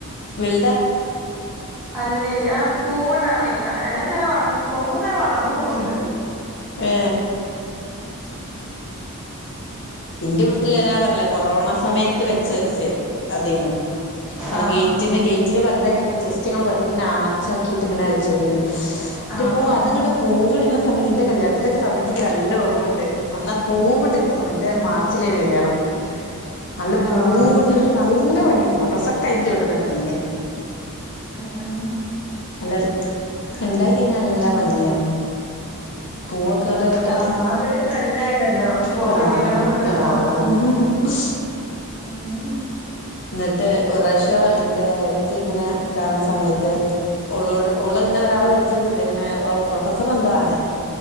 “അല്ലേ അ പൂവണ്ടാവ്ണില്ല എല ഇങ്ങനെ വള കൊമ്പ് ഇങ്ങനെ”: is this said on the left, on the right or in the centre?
Centre